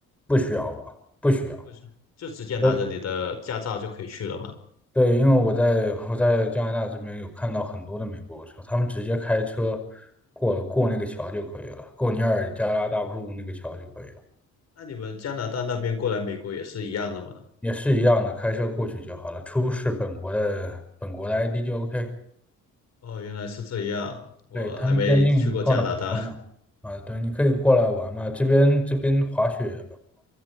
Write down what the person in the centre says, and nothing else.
不需要吧？不需要。
那对，因为我在我在加拿大这边有看到很多的美国车，他们直接开车过过那个桥就可以了，过尼亚加拉大瀑布那个桥就可以了。
也是一样的，开车过去就好了，出示本国的本国的 ID 就 OK。
对，他们边境放的啊，对，你可以过来玩嘛。这边这边滑雪